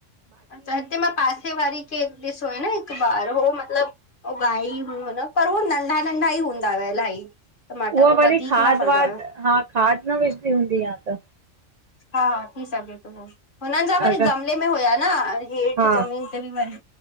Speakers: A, on the left; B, on the right.
A: अच्छा, हिते मां पासे वारी खेे ॾिसो ओ न हिकु बार हो मतिलब उगाई हुन पर हू नंढा नंढा ई हूंदा हुआ इलाही। टमाटा
B: उहा
A: हो
B: वरी
A: वधीक
B: खाद
A: न फलंदा
B: वाद
A: हुया
B: हा खाद न विझदी हूंदी यां त।
A: हा थी सघे थो, हुननि जा
B: अ
A: वरी गमले में हुया न हेठि
B: हा
A: ज़मीन तिन वन